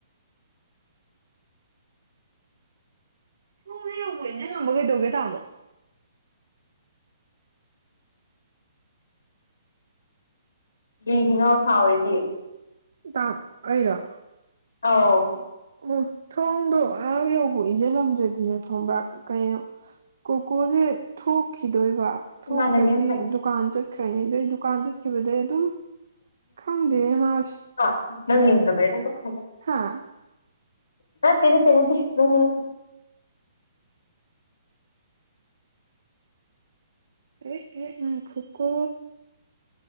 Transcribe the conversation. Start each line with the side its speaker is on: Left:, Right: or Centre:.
Right: ꯊꯣꯡꯗꯣ ꯌꯧꯕꯧ ꯏꯟꯁꯤꯜꯂꯝꯕ ꯀꯩꯗꯧꯒꯦ ꯇꯥꯃꯣ
Left: ꯀꯔꯤꯒꯤꯅꯣ ꯁꯥꯎꯔꯤꯗꯤ
Right: ꯇꯥꯝ ꯑꯩꯔꯣ
Left: ꯑꯥꯎ꯫
Right: ꯑꯣ ꯊꯣꯡꯗꯣ ꯑꯥ ꯌꯧꯕꯧ ꯏꯟꯁꯤꯜꯂꯝꯗ꯭ꯔꯗꯤꯅꯦ ꯈꯪꯕ꯭ꯔ ꯀꯩꯅꯣ <unintelligible> ꯀꯣꯀꯣꯁꯦ ꯊꯣꯛꯈꯤꯗꯣꯏꯕ ꯊꯣꯛꯈ꯭ꯔꯗꯤ
Left: ꯏꯃꯥꯟꯅꯕꯤ ꯑꯃꯅꯤ
Right: ꯗꯨ ꯀꯥꯟ ꯆꯠꯈ꯭ꯔꯅꯤ ꯑꯗꯨꯗꯩ ꯗꯨꯀꯥꯟ ꯆꯠꯈꯤꯕꯗꯩ ꯑꯗꯨꯝ ꯈꯪꯗꯦꯅꯦ ꯃꯥꯁꯦ
Left: ꯑ ꯅꯪ ꯌꯦꯡꯗꯕꯩꯔꯥ <unintelligible>
Right: ꯍꯥꯥ
Left: ꯅꯠꯇꯦ ꯅꯠꯇꯦ <unintelligible>
Right: ꯑꯦ ꯑꯦ ꯉꯥꯏꯈꯣꯀꯣ